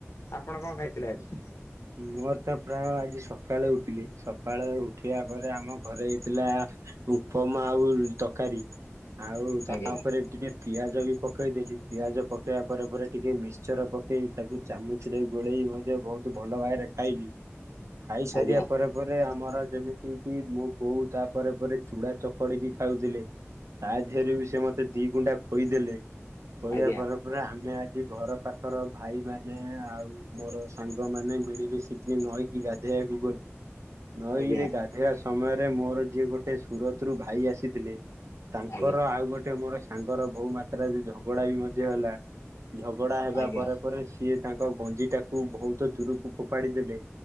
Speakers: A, on the left; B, on the right.
A: ଆପଣ କଣ ଖାଇଥିଲେ ଆଜି?
B: ମୋର ତ ପ୍ରାୟ ଆଜି ସକାଳେ ଉଠିଲି ସକାଳେ ଉଠିବା ପରେ ଆମ ଘରେ ଥିଲା ଉପମା ଆଉ ତକାରୀ ଆଉ ତାପରେ
A: ଆଜ୍ଞା
B: ଟିକେ ପିଆଜ ବି ପକେଇ ଦେଲି ପିଆଜ ପକେଇବା ପରେ ପରେ ଟିକେ ମିକ୍ସଚର ପକେଇ ତାକୁ ଚାମୁଚରେ ଗୋଳେଇ ମଧ୍ୟ ବହୁତ ଭଲ ଭାବରେ ଖାଇଲି ଖାଇ ସାରିବା
A: ଆଜ୍ଞା
B: ପରେ- ତା ପରେ ଆମର ଯେମିତି କି ମୋ ବୋଉ ତାପରେ ପରେ ଚୁଡା ଚକଡିକି ଖାଉଥିଲେ- ତା ଦିହେରେ ବି ସେ ମତେ ଦି ଗୁଣ୍ଡା ଖୋଇଦେଲେ- ଖୋଇବା
A: ଆଜ୍ଞା
B: ପରେ ପରେ ଆମେ ଆଜି ଘର ପାଖର ଭାଇ ମାନ ଆଉ ମୋର ସାଙ୍ଗ- ସାଙ୍ଗ ମାନେ ମିଳିମିଶିକି ନଈକି ଗାଧେଇବାକୁ ଗଲୁ, ନଈରେ
A: ଆଜ୍ଞା
B: ଗାଧେଇବା- ସମୟରେ ମୋର ଯିଏ ଗୋଟେ ସୁରତରୁ ଭାଇ ଆସିଥିଲେ ତାଙ୍କର
A: ଆଜ୍ଞା
B: ଆଉ ଗୋଟେ ମୋର- ସାଙ୍ଗର ବହୁ ମାତ୍ରାରେ ଝଗଡ଼ା ବି ମଧ୍ୟ ହେଲା, ଝଗଡ଼ା ହେବା
A: ଆଜ୍ଞା
B: ପରେ- ପରେ ସିଏ ତାଙ୍କ ଗଞ୍ଜି ଟାକୁ ବୋହୁତ ଦୂରକୁ ଫୋପାଡି ଦେଲେ